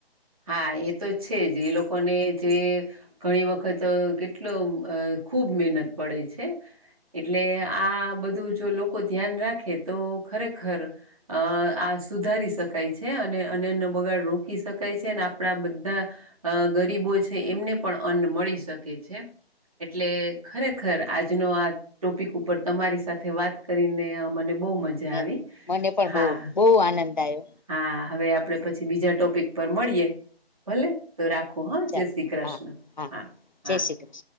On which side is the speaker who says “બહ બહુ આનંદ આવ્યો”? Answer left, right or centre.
Left